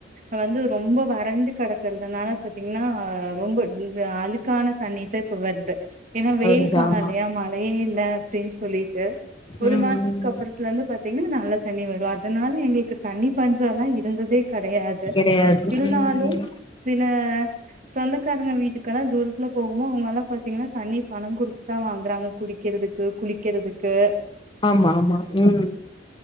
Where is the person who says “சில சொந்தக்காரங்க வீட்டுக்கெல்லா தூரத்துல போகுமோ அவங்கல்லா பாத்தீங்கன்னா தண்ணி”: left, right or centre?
Right